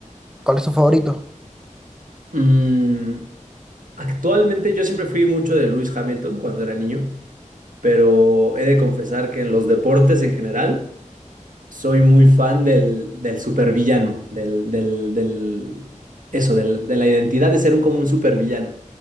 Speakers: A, in the centre; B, on the right (about 80°).
A: cuál es tu favorito?
B: Mm, actualmente yo siempre fui mucho de Lewis Hamilton cuando era niño, pero he de confesar que en los deportes en general soy muy fan del, del supervillano, del, del, del, eso, del- de la identidad de ser un, como un supervillano.